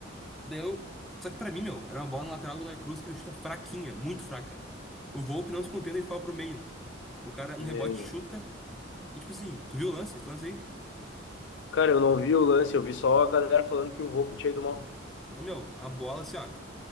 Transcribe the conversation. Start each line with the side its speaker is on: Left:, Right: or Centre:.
Centre: Deu. Só que pra mim, meu, era uma bola na lateral do Godoy Cruz que ele chuta fraquinha, muito fraca. O Volpi não se contenta, ele fala pro meio. O cara
Left: E,
Centre: no rebote chuta. E tipo assim, tu viu o lance? Esse lance aí?
Left: Cara, eu não vi o lance, eu vi só a galera falando que o Volpi tinha ido mal.
Centre: Ô, meu, a bola assim, ó.